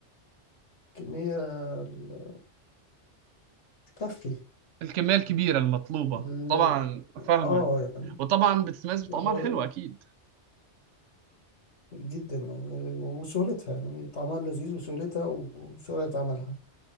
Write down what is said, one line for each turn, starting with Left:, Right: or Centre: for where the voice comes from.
Left: كمية ال- تكفي
Right: الكمية الكبيرة المطلوبة
Left: ال-
Right: طبعا فاهمك
Left: اه يعني
Right: وطبعا بتتميز بطعمها
Left: اللي هو
Right: الحلو أكيد
Left: جدا يعني وسهولتها يعني طعمها لذيذ وسهولتها وسرعة عملها